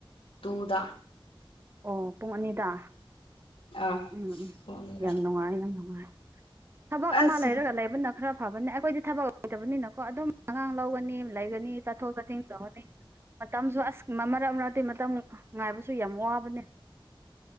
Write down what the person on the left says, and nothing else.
ꯇꯨꯗ
ꯑꯥ
ꯄꯨꯡ ꯑꯅꯤꯗ
ꯑꯁ